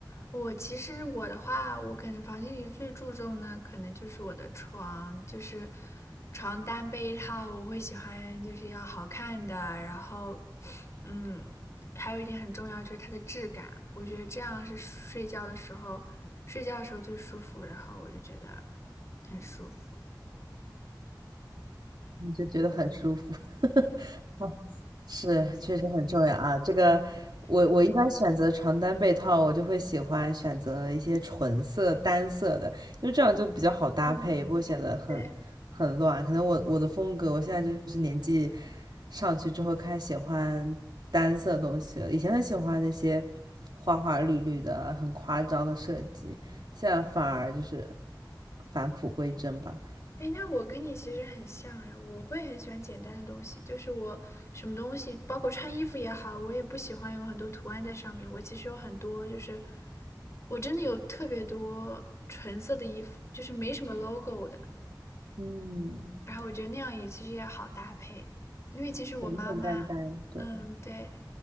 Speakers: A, on the left (about 40°); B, on the right (about 65°).
A: 我其实我的话，我可能房间里最注重的可能就是我的床，就是床单被套，我会喜欢就是要好看的，然后，嗯，还有一点很重要就是它的质感，我觉得这样是睡觉的时候睡觉的时候最舒服，然后我就觉得很舒服。
B: 你就觉得很舒服。<laughs> 是，确实很重要啊。这个，我我一般选择床单被套，我就会喜欢选择一些纯色、单色的，因为这样就比较好搭配，
A: 嗯，
B: 也不会显得很很乱。
A: 对。
B: 可能我我的风格，我现在就是年纪上去之后开始喜欢单色东西了。以前很喜欢那些花花绿绿的、很夸张的设计，现在反而就是返璞归真吧。
A: 哎，那我跟你其实很像哎，我会很喜欢简单的东西，就是我什么东西，包括穿衣服也好，我也不喜欢有很多图案在上面。我其实有很多，就是我真的有特别多纯色的衣服，就是没什么 logo 的。
B: 嗯，
A: 然后我觉得那样也其实也好搭配，因为其实我妈妈嗯，
B: 简简单单，对，
A: 对，